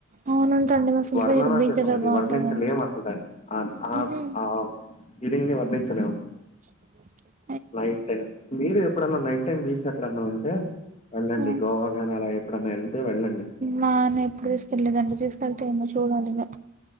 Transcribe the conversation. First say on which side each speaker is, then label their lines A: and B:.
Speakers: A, on the right; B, on the left.
A: అవునంటండి మా ఫ్రెండ్
B: వర్ణనాతీతం
A: దగ్గర బీచ్ దగ్గర
B: అది
A: బాగుంటందని
B: వర్ణించలేం అసల్ దాన్ని ఆన్ ఆ
A: ఉహు
B: ఆ ఆ ఇదింగే వర్ణించలేమ్
A: ఎక్కడ దొర్కుతాయి
B: నైట్ టైమ్, మీరు ఎప్పుడన్నా నైట్ టైమ్ బీచ్ ఎక్కడన్నా ఉంటే, ఎళ్ళండి
A: ఆ
B: గోవాగానీ అలా ఎప్పుడన్నా ఎళ్తే వెళ్ళండి.
A: నాన్న ఎప్పుడు తీసుకెళ్ళలేదండి, తీసుకెళ్తే ఏమో చూడాలిగా